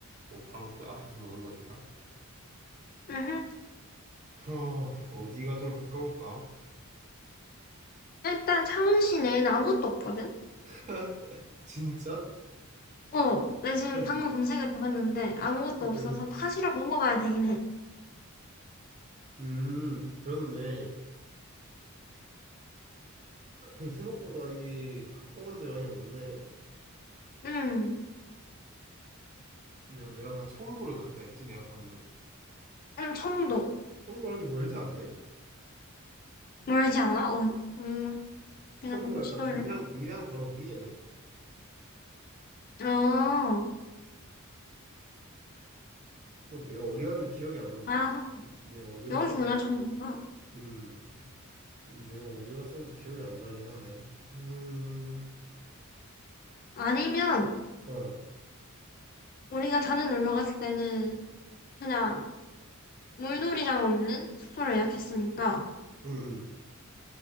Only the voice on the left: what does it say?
응, 응.
일단 창원시 내에는 아무것도 없거든?
어, 내 지금
방금 검색을 해봤는데 아무것도 없어서
타지로 넘어가야 되긴 해.
음,
음, 청도.
멀지 않아? 어, 음, 내가
너무 지도를.
어,
아,
여기구나, 청도가.
아니면,
우리가 전에 놀러 갔을 때는 그냥 물놀이장 없는 숙소를 예약했으니까,